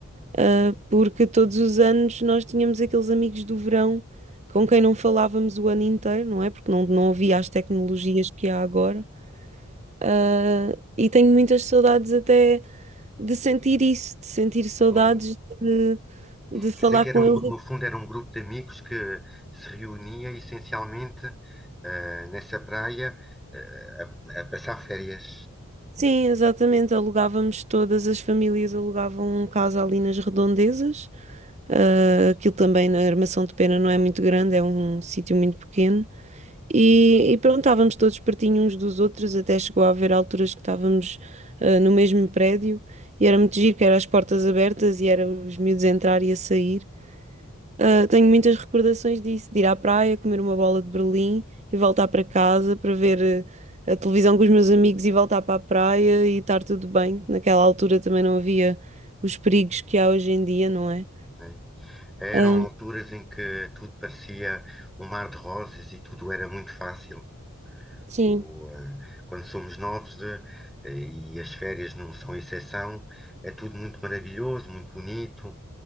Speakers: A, on the right (about 30°); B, in the centre.
A: ah, porque todos os anos nós tínhamos aqueles amigos do verão com quem não falávamos o ano inteiro, não é? Porque não, não havia as tecnologias que há agora. Ah, e tenho muitas saudades até de sentir isso, de sentir saudades
B: É.
A: de, de falar
B: Quer dizer que
A: com
B: era um,
A: eles.
B: gru- no fundo era um grupo de amigos que se reunia essencialmente eh, nessa praia eh, a, a passar férias.
A: Sim, exatamente. Alugávamos todas as famílias, alugavam um casa ali nas redondezas. Ah, aquilo também na Armação de Pena não é muito grande, é um sítio muito pequeno. E, e pronto, estávamos todos pertinho uns dos outros, até chegou a haver alturas que estávamos ah, no mesmo prédio e era muito giro, que era as portas abertas e era os miúdos a entrar e a sair. Ah, tenho muitas recordações disso, de ir à praia, comer uma bola de Berlim e voltar para casa para ver eh, a televisão com os meus amigos e voltar para a praia e estar tudo bem. Naquela altura também não havia os perigos que há hoje em dia, não é?
B: né? Eram
A: Ah,
B: alturas em que tudo parecia um mar de rosas e tudo era muito fácil.
A: sim.
B: O, eh, quando somos novos eh, e as férias não são exceção, é tudo muito maravilhoso, muito bonito.